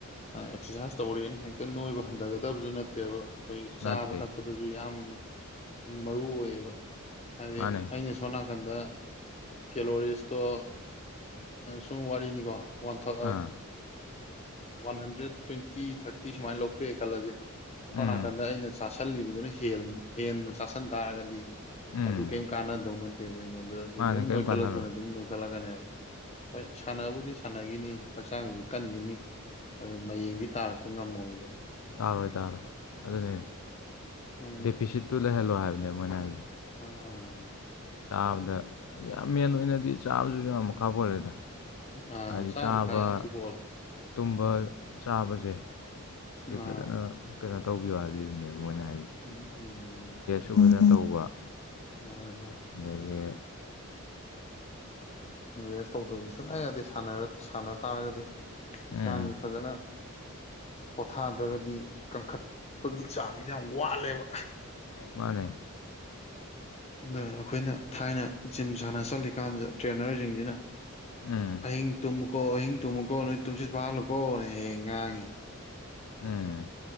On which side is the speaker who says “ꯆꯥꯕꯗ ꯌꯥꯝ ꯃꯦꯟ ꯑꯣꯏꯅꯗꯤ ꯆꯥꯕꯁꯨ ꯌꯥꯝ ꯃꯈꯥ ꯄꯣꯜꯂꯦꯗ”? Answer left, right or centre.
Left